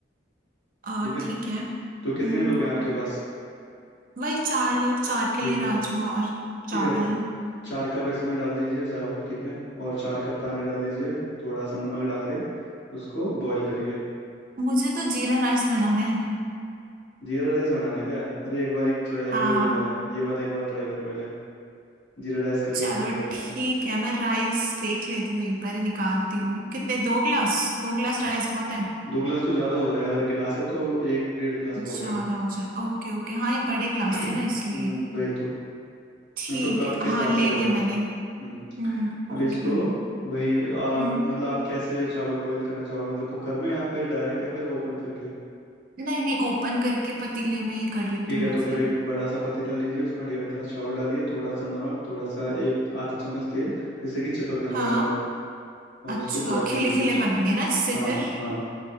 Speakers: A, on the right (about 45°); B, on the left (about 70°).
A: और
B: ठीक है
A: ठीक है हम्म
B: तो कितने लोग हैं आपके पास
A: वही चार लोग चार के
B: ठीक
A: लिए राजमा
B: है
A: और चावल
B: ठीक है चार कप इसमें डाल दीजिए चावल ठीक है और चार कप पानी डाल दीजिए थोड़ा सा नमक डाल के उसको बॉईल करिए
A: मुझे तो जीरा राइस बनाने हैं
B: जीरा राइस बनाना है क्या अरे एक बार एक ट्राई
A: हाँ
B: करो ये वाला ये वाला एक बार ट्राई करो पहले जीरा राइस कभी
A: चलो
B: और ट्राई करना
A: ठीक है मैं राइस देख लेती हूँ एक बार ही निकालती हूँ कितने दो ग्लास दो ग्लास राइस बहुत है
B: दो गिलास तो ज़्यादा हो जाएगा अगर गिलास है तो एक डेढ़ गिलास बहुत
A: ज्यादा
B: है
A: हो जाए ओके ओके हाँ ये बड़े ग्लास
B: <clears throat>
A: थे ना इसलिए
B: हम्म वही तो
A: ठीक
B: मैंने तो कप
A: है
B: के
A: हाँ
B: हिसाब
A: ले
B: से बोला
A: लिया मैंने
B: था हम्म
A: हम्म
B: अभी
A: ओके
B: इसको वही आ,
A: हम्म
B: मतलब आप कैसे चावल बॉईल करना चाहोगे मतलब कुकर में या फिर डायरेक्ट या फिर ओपन करके
A: नहीं नहीं ओपन करके पतीले में ही कर लेती
B: ठीक
A: हूँ
B: है
A: मैं
B: तो फिर
A: फिर
B: एक बड़ा सा पतीला लीजिए उसमें डेढ़ गिलास चावल डालिए थोड़ा सा नमक थोड़ा सा एक आधा चम्मच तेल जिससे कि चिपक ना जाए
A: हाँ
B: चावल और
A: अच्छा
B: उसको बॉईल
A: खिले
B: कर लीजिए
A: खिले
B: अच्छे
A: बनेंगे
B: से
A: ना इससे
B: हाँ
A: फिर
B: हाँ